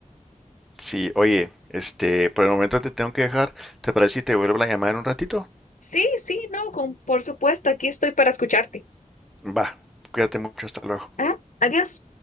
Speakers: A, in the centre; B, on the left (about 70°).
A: Sí, oye, este, por el momento te tengo que dejar. ¿Te parece si te vuelvo la llamada en un ratito?
B: Sí, sí, no, con, por supuesto, aquí estoy para escucharte.
A: Va, cuídate mucho, hasta luego.
B: Ah, adiós.